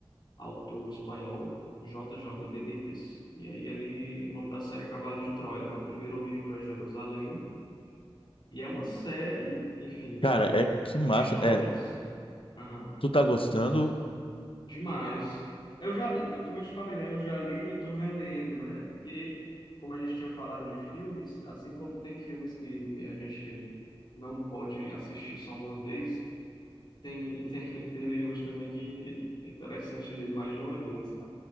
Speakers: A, on the left; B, on the left.
A: autor espanhol, JJ Benítez. E aí ele, o nome da série é Cavalo de Troia, né? O primeiro livro é Jerusalém. E é uma série, enfim, de
B: Cara, é, que massa.
A: histórias.
B: É,
A: Aham,
B: tu tá gostando?
A: demais. Eu já, eu- como eu te falei, né? Eu já li e eu tô relendo, né? Porque, como a gente tinha falado de filmes, assim como tem filmes que a gente não pode assistir só uma vez, Tem, tem, <laughs> tem livros também que é interessante ler mais de uma vez.